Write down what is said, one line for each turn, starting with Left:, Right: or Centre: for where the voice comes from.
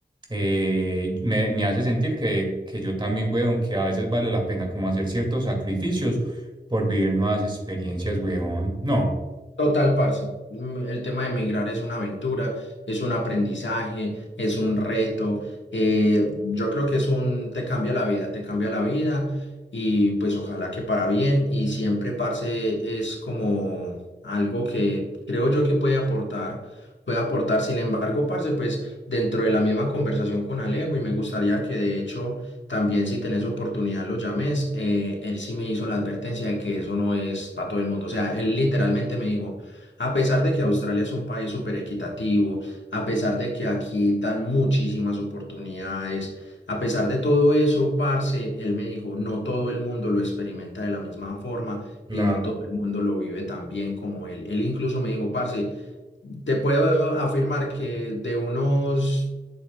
Right: eh, me, me hace sentir que, que yo también, weón, que a veces vale la pena como hacer ciertos sacrificios por vivir nuevas experiencias, weón. No,
Left: Total, parce. Mm, El tema de emigrar es una aventura, es un aprendizaje, es un reto. eh, yo creo que es un, te cambia la vida, te cambia la vida y pues ojalá que para bien. Y siempre, parce, es como algo que creo yo que puede aportar, puede aportar. Sin embargo, parce, pues dentro de la misma conversación con Alejo y me gustaría que de hecho también si tenés oportunidad lo llames, eh, él sí me hizo la advertencia de que eso no es para todo el mundo. O sea, él literalmente me dijo, a pesar de que Australia es un país súper equitativo, a pesar de que aquí dan muchísimas oportunidades, a pesar de todo eso, parce, él me dijo, no todo el mundo lo experimenta de la misma forma
Right: claro.
Left: y no todo el mundo lo vive tan bien como él. Él incluso me dijo, parce, te puedo afirmar que de unos